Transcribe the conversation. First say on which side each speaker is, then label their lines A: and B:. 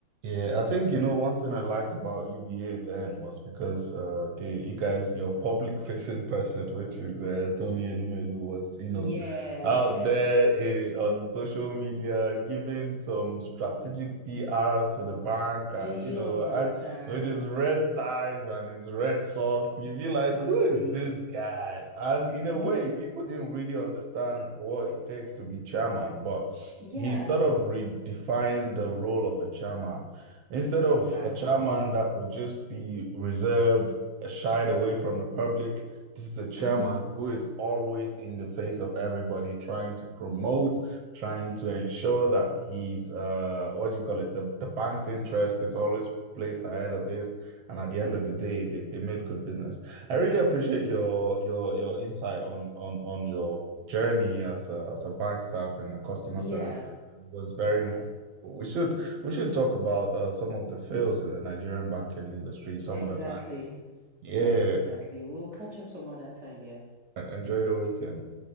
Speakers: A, on the right; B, on the right.
A: Yeah, I think you know one thing I liked about UBA then was because uh the you guys your public facing person, which is uh, Tony Elumelu, was you know
B: Yes.
A: out there eh, on social media giving some strategic PR to the bank, and
B: Do you
A: you know
B: understand?
A: and with his red ties and his red socks, you'd be like,
B: You
A: who
B: see.
A: is this guy? And in a way,
B: do
A: people didn't really understand what it takes to be chairman, but
B: yeah,
A: he sort of redefined the role of a chairman Instead of
B: in banking.
A: a chairman that would just be reserved, uh, shied away from the public, this is a chairman
B: Mm-hmm.
A: who is always in the face of everybody, trying to promote, trying to ensure that he's uh, what do you call it? The the bank's interest is always placed ahead of his, and at the end of the day, they, they made good business. I really appreciate your your your insight on on on your journey as a as a bank staff and the customer
B: Yeah,
A: service. It was very
B: yeah,
A: insightful. We should we should talk about uh, some of the fails in the Nigerian banking industry some
B: exactly.
A: other time. Yeah,
B: Yeah, exactly. We'll catch up some other time, yeah.
A: enjoy your weekend.